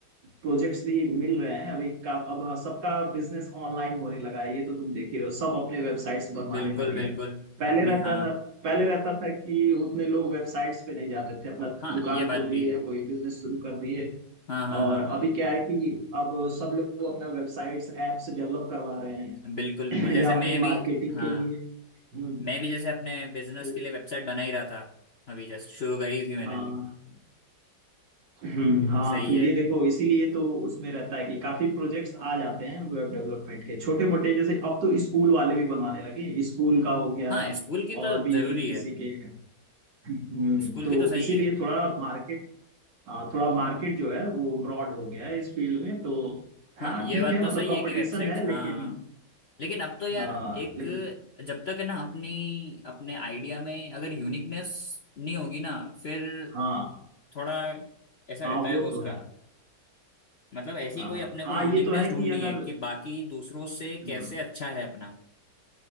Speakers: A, on the right (about 75°); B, on the left (about 55°).
A: प्रोजेक्ट्स भी मिल रहे हैं अभी का अब हाँ, सबका बिजनेस ऑनलाइन होने लगा है ये तो तुम देख ही रहे हो सब अपने वेबसाइट्स बनवाने
B: बिल्कुल
A: लगे
B: बिल्कुल
A: हैं पहले
B: अपनी
A: रहता
B: हाँ
A: था पहले रहता था कि उतने लोग वेबसाइट्स पे नहीं जाते थे अपना
B: हाँ
A: दुकान
B: ये बात
A: खोल दिए
B: भी है
A: या कोई बिजनेस शुरू कर दिए
B: हाँ हाँ
A: और
B: हाँ
A: अभी
B: हाँ
A: क्या है कि अब सब लोग अपना वेबसाइट्स एप्स डेवलप करवा रहे हैं
B: बिल्कुल बिल्कुल
A: <clears throat>
B: जैसे
A: या अपनी
B: मैं भी
A: मार्केटिंग
B: हाँ
A: के लिए हम्म,
B: मैं भी जैसे अपने बिजनेस
A: तो
B: के लिए वेबसाइट बना ही रहा था अभी जस्ट शुरू करी थी मैंने
A: हाँ
B: भी
A: हम्म, हाँ
B: सही
A: तो ये
B: है
A: देखो इसीलिए तो उसमें रहता है कि काफी प्रोजेक्ट्स आ जाते हैं वेब डेवलपमेंट के छोटे मोटे जैसे अब तो स्कूल वाले भी बनवाने लगे स्कूल का हो गया
B: हाँ स्कूल की तो
A: और भी
B: जरूरी
A: किसी
B: है
A: के हम्म,
B: स्कूल
A: तो
B: की तो सही
A: इसीलिए
B: है
A: थोड़ा मार्केट हाँ, थोड़ा मार्केट जो है वो ब्रॉड हो गया है इस फील्ड में तो हाँ
B: हाँ ये
A: ठीक
B: बात
A: है
B: तो
A: मतलब
B: सही
A: कंपटीशन
B: है कि वेबसाइट्स
A: है
B: हाँ
A: लेकिन
B: लेकिन अब तो यार
A: हाँ
B: एक
A: लेकिन
B: जब तक है ना अपनी अपने आइडिया में अगर यूनिकनेस नहीं होगी ना फिर
A: हाँ
B: थोड़ा ऐसा
A: हाँ
B: रहता है
A: वो
B: वो उसका
A: तो है
B: मतलब ऐसी
A: हाँ
B: कोई अपने
A: हाँ
B: को यूनिकनेस
A: ये तो है
B: ढूंढनी
A: कि अगर
B: है कि बाकी दूसरों से
A: हाँ,
B: कैसे अच्छा है अपना